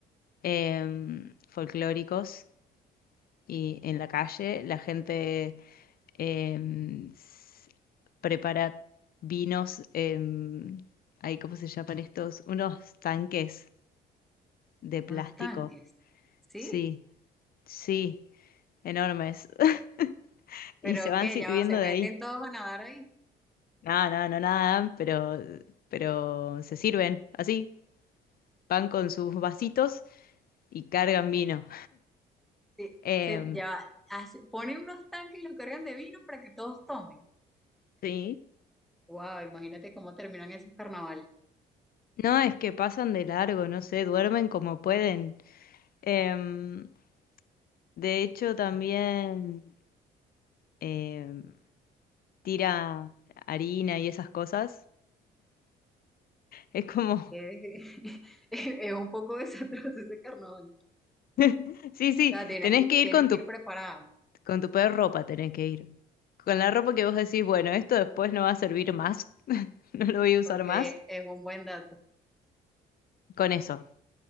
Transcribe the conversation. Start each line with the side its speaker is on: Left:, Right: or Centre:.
Left: em, folclóricos, y en la calle la gente em, s- prepara vinos, em, ay, ¿cómo se llaman estos? Unos tanques de plástico,
Centre: Unos tanques. Sí,
Left: sí. Sí, enormes. <laughs>
Centre: pero
Left: Y se van
Centre: que
Left: sirviendo
Centre: ya va, se
Left: de
Centre: meten
Left: ahí.
Centre: todos a nadar ahí.
Left: No, no, no nadan, pero, pero se sirven así. Van con sus vasitos y cargan vino.
Centre: Sí,
Left: <laughs> Em,
Centre: se, ya va, hace- ponen unos tanques y los cargan de vino para que todos tomen.
Left: sí.
Centre: Wow, imagínate cómo terminan esos carnavales.
Left: No, es que pasan de largo, no sé, duermen como pueden. Em, de hecho, también em, tira harina y esas cosas. Es como,
Centre: Es, <laughs> es un poco desastroso ese carnaval.
Left: <laughs> sí, sí,
Centre: O sea, tienes
Left: tenés
Centre: que,
Left: que
Centre: tienes
Left: ir con
Centre: que
Left: tu
Centre: ir preparado,
Left: Con tu peor ropa tenés que ir. Con la ropa que vos decís, bueno, esto después no va a servir más, <laughs> no lo voy a usar
Centre: porque
Left: más.
Centre: es un buen dato.
Left: Con eso.